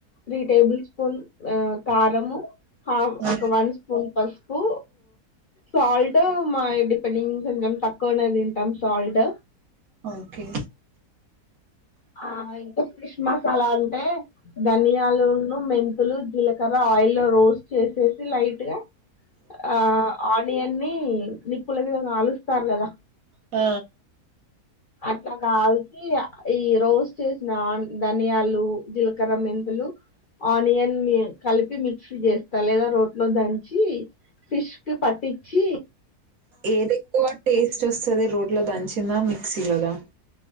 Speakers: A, on the left; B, on the right.
A: three tablespoon ఆ కారము హాఫ్
B: ఆ
A: ఒక వన్ స్పూన్ పసుపు సాల్ట్ మై డిపెండింగ్ కొంచం తక్కువనే తింటాం సాల్ట్
B: ఓకే
A: ఆ ఇంకా ఫిష్ మసాలా అంటే ధనియాలు మెంతులు జీలకర్ర ఆయిల్లో రోస్ట్ చేసేసి లైట్ గా ఆ ఆనియన్ని నిప్పుల మీద కాలుస్తారు కదా
B: ఆ
A: అట్లా కాల్సి ఈ రోస్ చేసిన ధనియాలు జీలకర్ర మెంతు ఆనియన్ కలిపి మిక్సి చేస్తా లేదా రోట్లో దంచి ఫిష్ కు పట్టిచ్చి
B: ఏది ఎక్కువ టేస్ట్ వస్తది రోట్లో దంచిందా మిక్సీలోదా